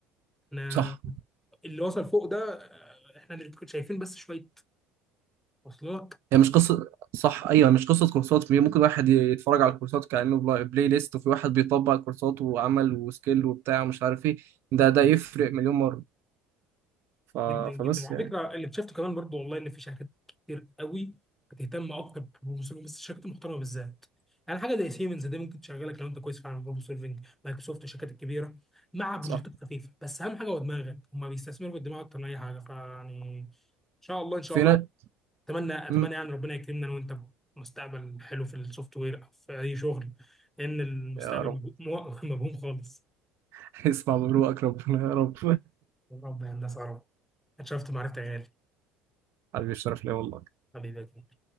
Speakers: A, in the centre; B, on the right.
A: انا
B: صح
A: اللي وصل فوق ده آه، احنا اللي شايفين بس شويه وصلك
B: هي مش قصه صح ايوه مش قصه كورسات ممكن واحد يتفرج على الكورسات كانه بلا- بلاي ليست وفي واحد بيطبق الكورسات وعمل وسكيل وبتاع ومش عارف ايه ده ده يفرق مليون مره ف...
A: جدا جدا
B: فبس
A: وعلى
B: يعني
A: فكره اللي اكتشفته كمان برضو والله ان في شركات كتير قوي بتهتم اكتر بالبروبلم سولفنج بس الشركات المحترمه بالذات يعني حاجه زي سيمنز دي ممكن تشغلك لو انت كويس فعلا بروبلم سولفنج مايكروسوفت الشركات الكبيره مع بروجكتات
B: صح
A: خفيفه بس اهم حاجه هو دماغك هم بيستثمروا بالدماغ اكتر من اي حاجه فيعني ان شاء الله ان شاء
B: في
A: الله
B: ناس
A: اتمنى اتمنى
B: مم.
A: يعني ربنا يكرمنا أنا وانت مستقبل حلو في السوفت وير او في اي شغل لان المستقبل
B: يا رب
A: مبهو- مبهوم خالص
B: <laughs> اسمع من روحك ربنا يا رب
A: يا رب يا هندسه يا رب اتشرفت معرفتك يا غالي
B: حبيبي الشرف ليا والله
A: حبيبي